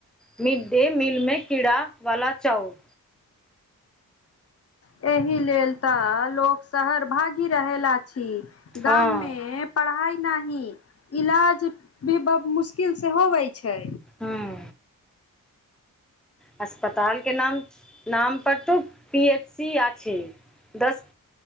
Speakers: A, in the centre; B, on the left.
A: मिडडे मीलमें कीड़ा वला चाउर
B: तहि लेल त लोक शहर भागी रहल अछि,
A: हँ
B: गाममे पढ़ाइ नही, इलाज भी ब मुश्किल सेहो होइ छै।
A: हुं। अस्पताल के नाम नाम पर त पी एच सी आ छै, दस